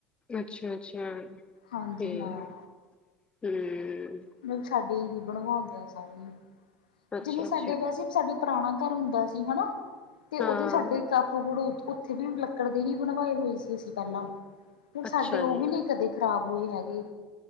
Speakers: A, on the left; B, on the left.
A: ਅੱਛਾ-ਅੱਛਾ,
B: ਹਾਂਜੀ
A: ਠੀਕ,
B: ਹਾਂ
A: ਹੂੰ।
B: ਮਤਲਬ ਸਾਡੇ ਇਹੀ ਬਣਵਾਓਂਦੇ ਆ ਸਾਰੇ।
A: ਅੱਛਾ-ਅੱਛਾ
B: ਜਿਵੇ ਸਾਡੇ ਵੈਸੇ ਈ ਸਾਡੇ ਪਰਾਣਾ ਘਾੱਰ ਹੁੰਦਾ ਸੀ ਹਨਾ, ਤੇ
A: ਹਾਂ
B: ਓਦੇ ਸਾਡੇ ਕਾੱਪਬੜੁਡ ਉੱਥੇ ਵੀ ਲੱਕੜ ਦੇ ਹੀ ਬਣਵਾਏ ਹੋਏ ਸੀ ਅਸੀ ਪੈਲਾਂ। ਓ
A: ਅੱਛਾ
B: ਸਾਡੇ ਓ
A: ਜੀ
B: ਵੀ ਨੀ ਕਦੇ ਖਰਾਬ ਹੋਏ ਹੈਗੇ,